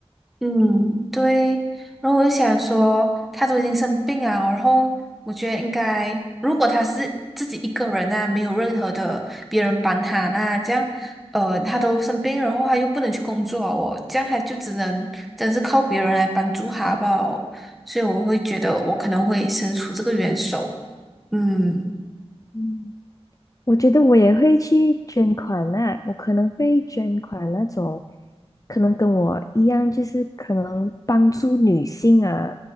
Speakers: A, in the centre; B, on the left.
A: 嗯，对。然后我就想说，他都已经生病啊，然后我觉得应该，如果他是自己一个人啊，没有任何的别人帮他啦，这样，呃，他都生病，然后他又不能去工作啊我这样他就只能真是靠别人来帮助他吧。所以我会觉得我可能会伸出这个援手。嗯，
B: 嗯，我觉得我也会去捐款呐、我可能会捐款那种，可能跟我一样，就是可能帮助女性啊